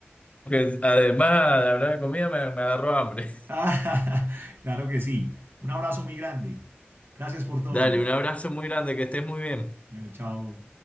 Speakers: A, on the left (about 30°); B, on the right (about 60°).
A: que además de hablar de comida, me, me agarró hambre.
B: Ah, claro que sí. Un abrazo muy grande. Gracias
A: <laughs>
B: por todo.
A: Dale, un abrazo muy grande, que estés muy bien.
B: Eh, chao.